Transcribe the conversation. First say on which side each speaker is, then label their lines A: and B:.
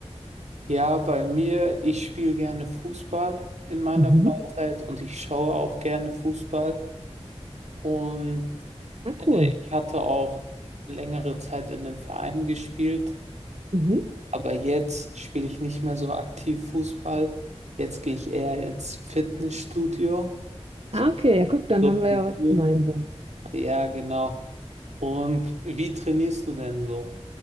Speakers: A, on the right; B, on the right.
A: Ja, bei mir, ich spiele gerne Fußball in meiner
B: Mhm.
A: Freizeit und ich schaue auch gerne Fußball. Und
B: Ah, cool.
A: äh, ich hatte auch längere Zeit in einem Verein gespielt,
B: Mhm.
A: aber jetzt spiele ich nicht mehr so aktiv Fußball. Jetzt gehe ich eher ins Fitnessstudio. So,
B: Ah, okay, ja, guck, dann
A: so
B: haben wir
A: wie
B: ja was
A: du.
B: gemeinsam.
A: Ja, genau. Und wie trainierst du denn so?